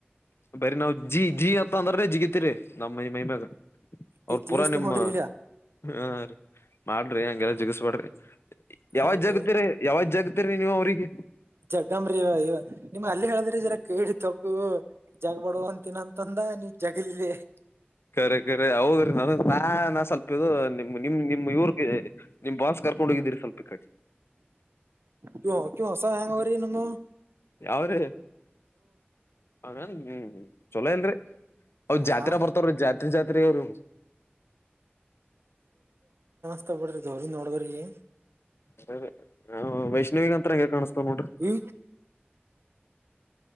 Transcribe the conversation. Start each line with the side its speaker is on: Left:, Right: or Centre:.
Left: ಬರಿ ನಾವ್ ಜೀ ಜಿ ಅತ್ತ ಅಂದ್ರೇ ಜಿಗತಿೀರಿ ನಮ್ಮ ಮೈಮ್ಯಾಗ ಅವ್ರ
Right: ಈಗ
Left: ಪೂರಾ
Right: ಜಿಗಸ್ತೀನ್
Left: ನಿಮ್ಮ
Right: ನೋಡ್ರಿ ಈಗ
Left: ಹ ರೀ ಮಾಡ್ರಿ ಹಂಗೆಲ್ಲ ಜಿಗಸ್ಬೇಡ್ರಿ ಯಾವಾಗ್
Right: ಹಂಗ್ರಿ
Left: ಜಾಗತಿರಿ ಯಾವಾಜ್ ಜಾಗತರಿೀ ನೀವು ಅವ್ರಿಗೆ
Right: ಜಗ್ಗಂಬ್ರೀವ ಇ ನಿಮ್ ಅಲ್ಲಿ ಹೇಳಿದ್ರಿ ಜರ ಕೇಳಿ ತಗು ಜಗ್ ಬಡ ಅಂತಿನಂತಂದ ನೀ ಜಗಳಲದೆ <unintelligible>
Left: ಕರೆ ಕರೆ ಹೌದ್ರಿ ನನ್ ನಾ ನಾ ಸ್ವಲ್ಪ ಇದು ನಿಮ ನಿಮ್ ನಿಮ್ ಇವ್ರಗೆ ನಿಮ್ ಬಾಸ್ಕ <unintelligible> ಕರ್ೊಂಡ ಹೋಗಿದ್ದೀರಿ ಸ್ವಲ್ಪ ಕಡಿ <unintelligible>
Right: ಕ ಕ ಹೊಸ ಹ್ಯಾಂಗ ಬರನ <unintelligible>
Left: ಯಾವ್ರೀ ಅವನ್ ಹ್ಮ ಚೊಲೋ ಇಲ್ರಿ ಅವ ಜಾತ್ರೆಾ
Right: ಆ
Left: ಬರ್ತಾವ ರೀ ಜಾತ್ರೆ ಜಾತ್ರೆರು
Right: ಇ ಬಿಡ್ರಿ ದೌ್ರ ನೋಡಿದ್ರ <unintelligible>
Left: ಸರಿಾ ವೈಷ್ಣವ ಅಂತತ್ರ ಹೆಂಗಗೆ ಕಾಣಸ್ತಾವ ನೋಡ್ರಿ
Right: ಈ